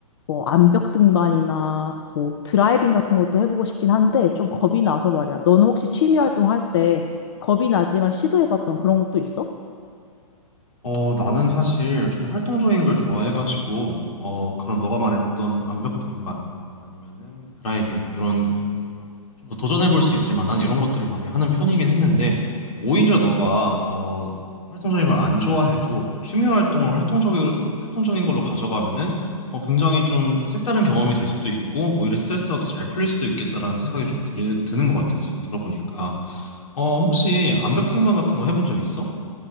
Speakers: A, on the left; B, on the left.
A: 뭐 암벽 등반이나 뭐 드라이빙 같은 것도 해보고 싶긴 한데 좀 겁이 나서 말이야. 너는 혹시 취미 활동할 때 겁이 나지만 시도해봤던 그런 것도 있어?
B: 어, 나는 사실 좀 활동적인 걸 좋아해가지고 어, 그런 너가 말했던 암벽 등반 아니면은 드라이빙 이런 좀 더 도전해볼 수 있을 만한 이런 것들을 많이 하는 편이긴 했는데, 오히려 너가, 어, 활동적인 걸 안 좋아해도 취미 활동을 활동적인, 활동적인 걸로 가져가면은, 어, 굉장히 좀 색다른 경험이 될 수도 있고, 오히려 스트레스가 더 잘 풀릴 수도 있겠다라는 생각이 좀 들, 드는 것 같아, 지금 들어보니까. 어, 혹시 암벽등반 같은 거 해본 적 있어?